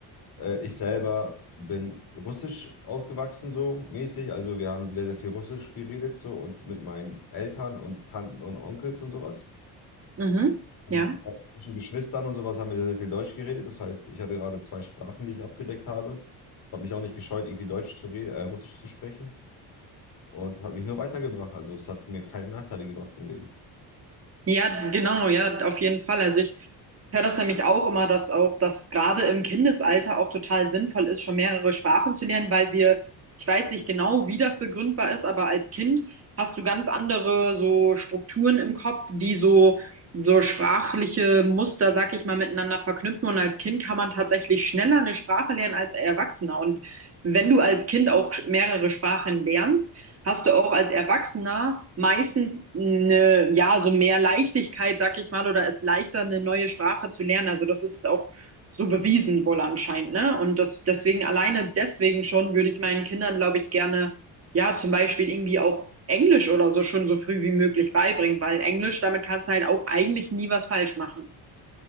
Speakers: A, on the left (about 60°); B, on the right (about 35°).
A: Äh, ich selber bin russisch aufgewachsen, so mäßig. Also wir haben sehr, sehr viel Russisch geredet, so und mit meinen Eltern und Tanten und Onkels und sowas.
B: Mhm.
A: Und
B: Ja.
A: auch zwischen Geschwistern und sowas haben wir sehr, sehr viel Deutsch geredet. Das heißt, ich hatte gerade zwei Sprachen, die ich abgedeckt habe. Habe mich auch nicht gescheut, irgendwie Deutsch zu reden, äh, Russisch zu sprechen. Und das hat mich nur weitergebracht. Also es hat mir keine Nachteile gebracht im Leben.
B: Ja, genau, ja, auf jeden Fall. Also ich höre das nämlich auch immer, dass auch das gerade im Kindesalter auch total sinnvoll ist, schon mehrere Sprachen zu lernen, weil wir, ich weiß nicht genau, wie das begründbar ist, aber als Kind hast du ganz andere so Strukturen im Kopf, die so so sprachliche Muster, sag ich mal, miteinander verknüpfen. Und als Kind kann man tatsächlich schneller eine Sprache lernen als Erwachsener. Und wenn du als Kind auch mehrere Sprachen lernst, hast du auch als Erwachsener meistens eine, ja, so mehr Leichtigkeit, sag ich mal, oder es leichter, eine neue Sprache zu lernen. Also das ist auch so bewiesen wohl anscheinend, ne? Und das deswegen alleine deswegen schon würde ich meinen Kindern, glaube ich, gerne, ja, zum Beispiel irgendwie auch Englisch oder so schon so früh wie möglich beibringen, weil Englisch, damit kannst du halt auch eigentlich nie was falsch machen.